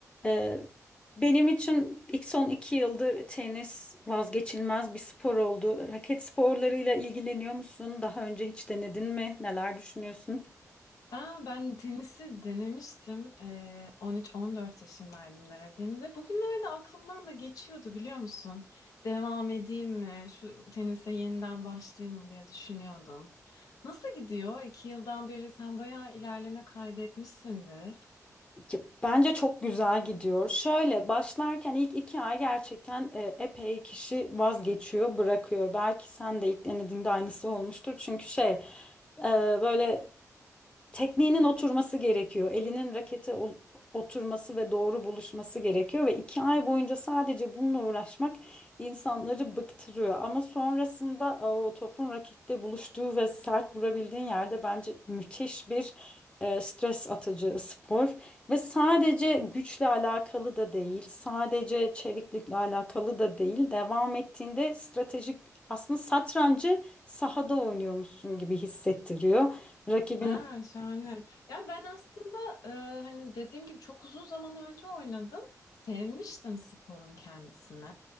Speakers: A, on the left (about 20°); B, on the left (about 80°).
A: Ee, benim için ilk son iki yıldır tenis vazgeçilmez bir spor oldu. Raket sporlarıyla ilgileniyor musun? Daha önce hiç denedin mi? Neler düşünüyorsun?
B: Aa, ben tenisi denemiştim. Ee, 13-14 yaşındaydım denediğimde. Bugünlerde aklımdan da geçiyordu biliyor musun? Devam edeyim mi? Şu tenise yeniden başlayayım mı diye düşünüyordum. Nasıl gidiyor? İki yıldan beri sen bayağı ilerleme kaydetmişsindir.
A: Ya, Bence çok güzel gidiyor. Şöyle başlarken ilk iki ay gerçekten e, epey kişi vazgeçiyor, bırakıyor. Belki sen de ilk denediğinde aynısı olmuştur. Çünkü şey e, böyle tekniğinin oturması gerekiyor. Elinin rakete ol- oturması ve doğru buluşması gerekiyor ve iki ay boyunca sadece bununla uğraşmak insanları bıktırıyor. Ama sonrasında aa, o topun rakette buluştuğu ve sert vurabildiğin yerde bence müthiş bir e, stres atıcı spor ve sadece güçle alakalı da değil, sadece çeviklikle alakalı da değil. Devam ettiğinde stratejik aslında satrancı sahada oynuyormuşsun gibi hissettiriyor. Rakibin
B: Ha, şahane. Ya ben aslında e, hani dediğim gibi çok uzun zaman önce oynadım. Sevmiştim sporun kendisini.